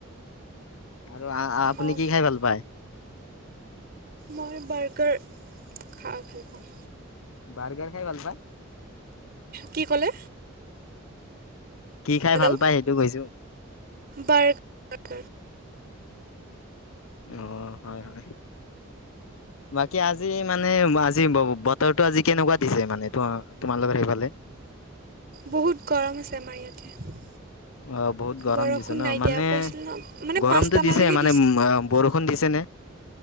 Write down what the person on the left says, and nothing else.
আৰু আপুনি
কি খাই ভাল পায়?
বাৰ্গাৰ খাই ভাল পায়
কি খাই
ভাল পাই সেইটো কৈছো
আহ, হয়। হয়। বাকী আজি মানে, আজি ব-বতৰটো আজি কেনেকুৱা দিছে মানে? ত-তোমাৰলোকৰ সেইফালে?
অ', বহুত গৰম
দিছে ন'?
মানে
গৰমটো
দিছে মানে-ম বৰষুণ দিছে নে?